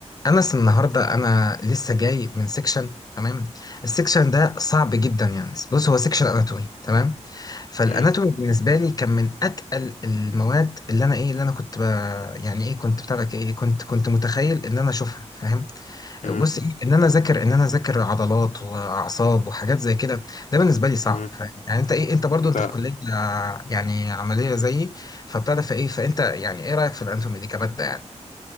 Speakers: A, on the left; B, on the left.
A: انس النهارده انا لسه جاي من سيكشن تمام السيكشن ده صعب جدا يعني بص هو سيكشن اناتومي تمام فالاناتومي
B: مم.
A: بالنسبه لي كان من اتقل المواد اللي انا ايه اللي انا كنت ب... يعني ايه كنت بتاع لك ايه كنت كنت متخيل ان انا اشوفها فاهم
B: مم.
A: بص ايه ان انا اذاكر ان انا اذاكر عضلات واعصاب وحاجات زي كده ده بالنسبه لي صعب
B: مم.
A: فاهم يعني انت ايه انت برضو
B: انت
A: انت في كليه آه، يعني عمليه زيي فبتاع ده فايه فانت يعني ايه رايك في الاناتومي دي كماده يعني